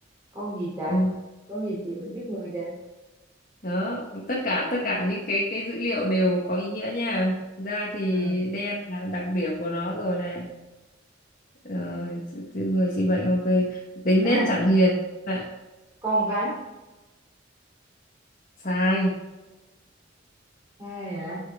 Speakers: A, on the right; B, on the left.
A: con gì chạy
B: ừ
A: con gì trị bệnh giúp người vậy
B: đó tất cả tất cả những cái cái dữ liệu đều có ý nghĩa nha da thì
A: à,
B: đen là đặc điểm của nó rồi này ờ, tự- tự người trị bệnh ok tính
A: à
B: nết chẳng hiền Dạ,
A: con rắn
B: sai
A: ai hả